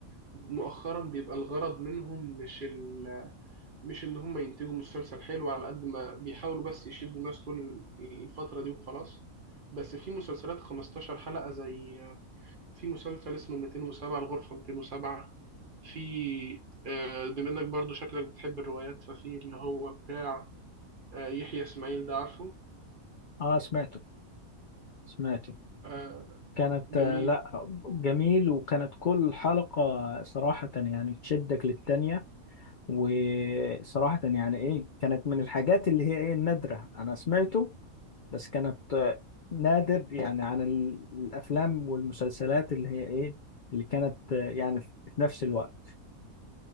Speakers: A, on the right; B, on the left.
A: مؤخرا بيبقى الغرض منهم مش ال... مش ان هم ينتجوا مسلسل حلو على قد ما بيحاولوا بس يشدوا الناس طول ال- الفترة دي وخلاص بس في مسلسلات 15 حلقة زي في مسلسل اسمه 207 الغرفة 207 في آه، بما انك برضو شكلك بتحب الروايات ففي اللي هو بتاع آه، يحيى اسماعيل ده عارفه
B: اه سمعته سمعته
A: آه،
B: كانت
A: جميل
B: آه، لا جميل وكانت كل حلقة صراحة يعني تشدك للتانية وصراحة يعني ايه كانت من الحاجات اللي هي ايه النادرة انا سمعته بس كانت آه، نادر يعني عن ال- الافلام والمسلسلات اللي هي ايه اللي كانت آه، يعني في في نفس الوقت